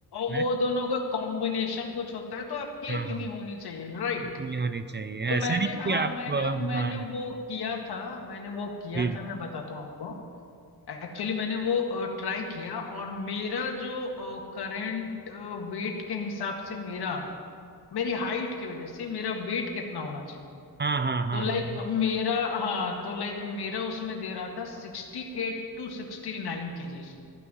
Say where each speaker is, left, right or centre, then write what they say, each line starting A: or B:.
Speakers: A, on the left (about 75°); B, on the right (about 30°).
A: वो
B: है।
A: दोनों का कॉम्बिनेशन कुछ होता है तो आपकी
B: हाँ
A: इतनी
B: हाँ
A: होनी चाहिए राइट
B: इतनी होनी चाहिए
A: तो
B: ऐसा
A: मैंने
B: नहीं कि
A: हाँ
B: आप
A: मैंने मैंने
B: हाँ
A: वो किया था मैंने वो किया
B: जी जी।
A: था मैं बताता हूँ आपको एक्चुअली मैंने वो ट्राई किया और मेरा जो करंट वेट के हिसाब से मेरा मेरी हाइट की वजह से मेरा वेट कितना होना चाहिए
B: हाँ हाँ हाँ
A: तो लाइक
B: हाँ
A: मेरा हाँ तो लाइक मेरा उसमें दे रहा था sixty eight to sixty nine kgs